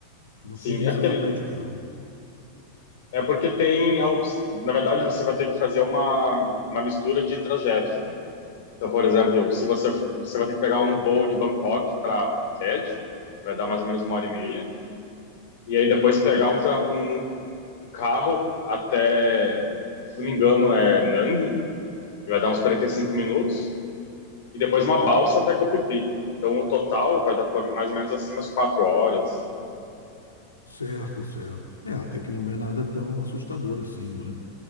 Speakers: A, on the left (about 80°); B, on the left (about 55°).
A: Não
B: Sim,
A: sei nem
B: é
A: se
B: porque
A: dá para ir de carro.
B: É porque tem a opção. Na verdade, você vai ter que fazer uma, uma mistura de trajetos, né? Então, por exemplo, se você for- você vai ter que pegar um voo de Bangkok para Phuket, que vai dar mais ou menos uma hora e meia, e aí depois pegar um, tra- um, um carro até, se não me engano, é Nang, que vai dar uns 45 minutos, e depois uma balsa até Koh Phi Phi. Então, o total vai dar por mais ou menos assim umas quatro horas.
A: Certo, certo. É, até que não é nada tão assustador assim, não é?